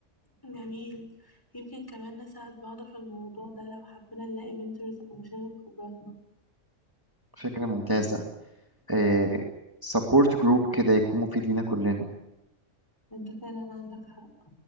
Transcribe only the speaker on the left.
جميل يمكن كمان نساعد بعض في الموضوع ده لو حبينا نلاقي منتورز أو نشارك خبراتنا
انت فعلا عندك حق